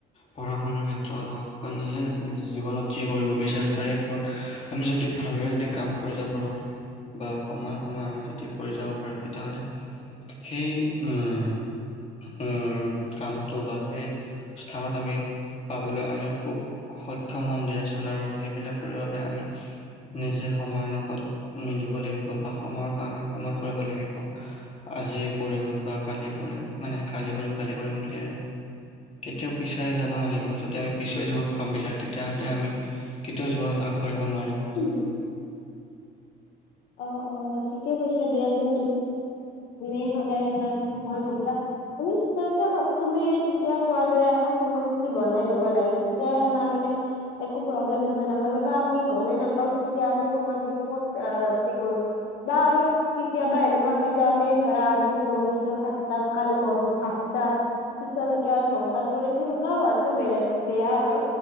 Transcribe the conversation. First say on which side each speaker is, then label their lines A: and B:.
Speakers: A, on the left (about 40°); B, on the left (about 75°).
A: পঢ়া শুনাৰ ক্ষেত্ৰত হওক বা নিজে জীৱনত যি কৰিব বিচাৰো তাৰে ওৰত আমি যদি ভালদৰে যদি কাম কৰি যাব পাৰোঁ বা সময়ে সময়ে আমি যদি কৰি যাওঁ তেতিয়া হ'লে সেই উম উম, কামটো বা সেই স্থানত আমি পাবলৈ, আমি খুব সক্ষম হ'ম, দিয়া চোন। আৰু সেইবিলাক কৰিবৰ বাবে, আমি নিজে সময়ৰ লগত মিলিব লাগিব, আৰু সময়ৰ কাম সময়তে কৰিব লাগিব। আজি কৰিম বা কালি কৰিম। মানে, কালি কৰিম, কালি কৰিম বুলি আৰু কেতিয়াও পিছাই যাব নালাগিব। যদি আমি কামবিলাক পিছুৱাই থও তেতিয়া হ'লে আমি কেতিয়াও জীৱনত আগবাঢ়িব নোৱাৰিম।
B: উম', অ', অ'। ঠিকেই কৈছা। দিয়া চোন। তুমি সদায় সেইকাৰণে সময়মূল্য বুজা। আমি আচলতে, তুমি তেতিয়া কোৱাৰ দৰে, এখন সময়সূচী বনাই ল'ব লাগে। তেতিয়াহে আমাৰ, মানে একো প্ৰব্লেম নহয়। নহ'লে, আমি গমেই নাপাওঁ কেতিয়া আমি সময়বোৰ ক'ত অপচয় অ কৰোঁ বা আমাৰ কেতিয়াবা এনেকুৱা হয় যে, আমি ধৰা আজি পঢ়িছোঁ সাতটাত কালি পঢ়িম আঠটাত। পিছলৈকে আৰু নটাত পঢ়ি। চেনেকুৱা হোৱাটো বেয়া, আৰু